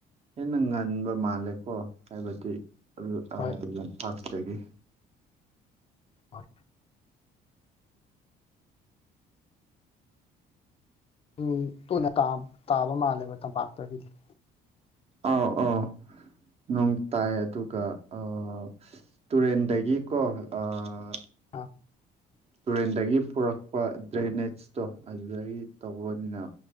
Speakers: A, on the right; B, on the left.
A: ꯍꯦꯟꯅ ꯉꯟꯕ ꯃꯥꯜꯂꯦꯀꯣ ꯍꯥꯏꯕꯗꯤꯄꯥꯛꯥꯛꯇꯒꯤ꯫
B: ꯍꯣꯏ ꯍꯣꯏ꯫ ꯎ ꯇꯣꯏꯅ ꯇꯥꯕ ꯃꯥꯜꯂꯦꯕ ꯇꯝꯄꯥꯛꯇꯒꯤꯗꯤ꯫
A: ꯑꯥꯎ ꯑꯥꯎ ꯅꯣꯡ ꯇꯥꯏ ꯑꯗꯨꯒ ꯑ__ ꯇꯨꯔꯦꯟꯗꯒꯤꯀꯣ ꯑꯥ꯫
B: ꯑꯥ꯫
A: ꯇꯨꯔꯦꯟꯗꯒꯤ ꯄꯨꯔꯛꯄ ꯗ꯭ꯔꯦꯅꯦꯖꯇꯣ ꯑꯗꯨꯗꯒꯤ ꯇꯧꯕꯅꯤꯅ꯫